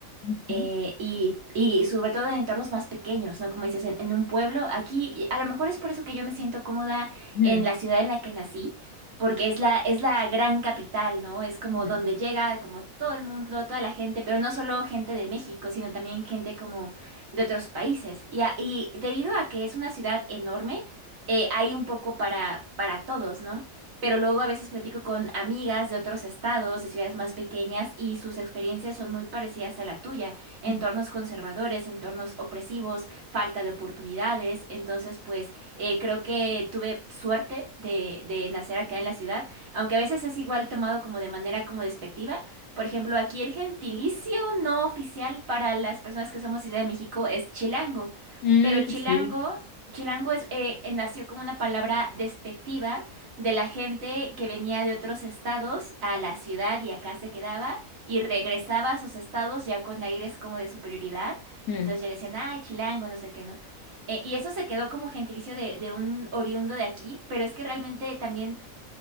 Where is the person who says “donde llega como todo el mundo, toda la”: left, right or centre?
Right